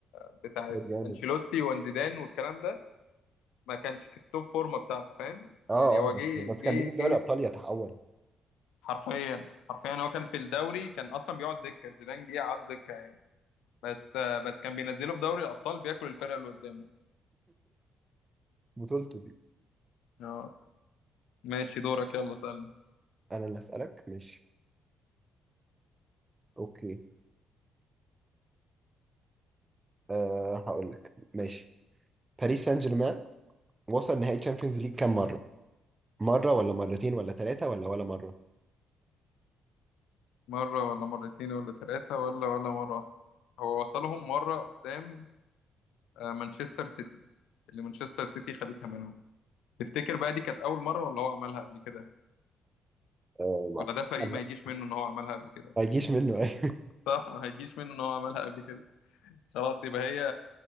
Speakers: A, on the left; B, on the right.
A: بتاعت
B: كان جامد
A: انشيلوتي وانزيدان والكلام ده ما كانش في التوب فورمه بتاعته فاهم
B: اه
A: يعني هو
B: اه
A: جه
B: بس بس
A: جه
B: كان بيجيب
A: جه
B: دوري ابطال يتحول
A: حرفيا حرفيا هو كان في الدوري كان اصلا بيقعد دكه زيدان جه قعده دكه يعني بس بس كان بينزله في دوري الابطال بياكل الفرقه اللي قدامه
B: بطولته دي
A: اه ماشي دورك يلا سألني
B: انا اللي اسالك ماشي اوكي أه هقول لك ماشي باريس سان جيرمان وصل نهائي تشامبيونز ليج كام مره مره ولا مرتين ولا ثلاثه ولا ولا مره
A: مره ولا مرتين ولا ثلاثه ولا ولا مره واحدة. هو وصلهم مره قدام آه، مانشستر سيتي اللي مانشستر سيتي خدتها منهم تفتكر بقى دي كانت اول مره ولا هو عملها قبل كده
B: أه ما
A: ولا ده فريق
B: أعتقدش.
A: ما يجيش منه ان هو عملها قبل كده
B: ما يجيش منه ايه
A: صح ما هيجيش منه ان هو عملها قبل كده خلاص يبقى هي